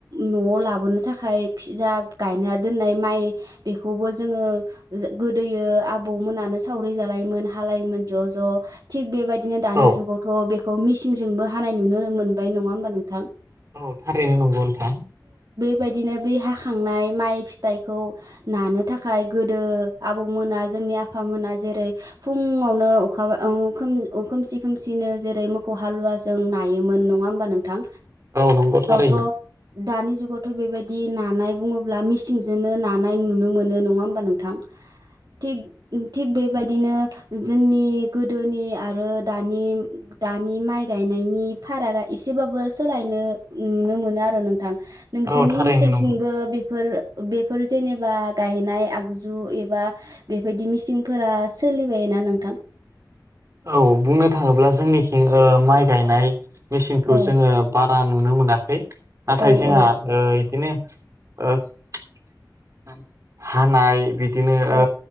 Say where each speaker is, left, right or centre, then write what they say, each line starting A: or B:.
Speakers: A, on the right; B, on the right.
A: न'आव लाबोनो थाखाय फि जा गायना दोननाय माइ बेखौबो जोङो गोदोयो आबौमोनानो सावरि जालायोमोन हालायोमोन ज' ज' थिग बेबाय दिनो दानि
B: औ
A: जुगावथ' बे खौ मिसिंजोंबो हानाय नुनो मोनबाय नङा होमबा नोंथां?
B: औ थारैनो नंगौ नोंथां
A: बायदिनो बै हाखांनाय माइ फिथाइखौ नानो थाखाय गोदो आबौमोना जोंनि आफामोना जेरै फुंङावनो अखाबा ओ खोमसि खोमसिनो जेरै मोखौ हालुवाजों नायोमोन नङा होमबा नोंथां।
B: औ नंगौ थारै
A: थ' दानि जुगावथ' बेबायदि नानाय बुङो ब्ला मेचिनजोंनो नानाय नुनो मोनो नङा होमबा नोंथां थि थिक बेबायदिनो जोंनि गोदोनि आरो दानि दानि माइ गायनायनि फारागा एसेबाबबो सोलायनो नुनो मोनो आरो नोंथां नोंसोरनि
B: औ थारैनो
A: ओनसोलथिंबो
B: नंगौ
A: बे फोर बेफोर जेनेबा गायनाय आगजु एबा बेबायदि मिसिंफोरा सोलिबाय ना नोंथां।
B: औ बुंनो थाङोब्ला जोंनिखिं माइ गायनाय मेसिनखौ
A: औ
B: जोङो बाद बा नुनो मोनाखै नाथाय
A: औ
B: जोंहा
A: औ
B: ओ इदिनो ओ <inaudible> हानाय बि दिनो
A: औ
B: ओ